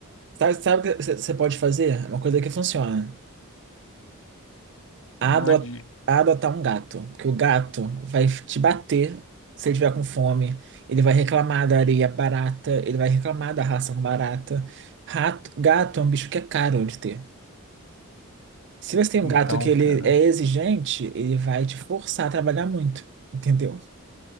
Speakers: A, on the right; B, on the left.
A: Sabe, sabe o que você você pode fazer? É uma coisa que funciona. a
B: Mande.
A: ado- a adotar um gato, porque o gato vai te bater se ele estiver com fome, ele vai reclamar da areia barata, ele vai reclamar da ração barata. Rato, gato é um bicho que é caro de ter. Se você tem
B: Então,
A: um gato que ele
B: cara.
A: é exigente, ele vai te forçar a trabalhar muito, entendeu?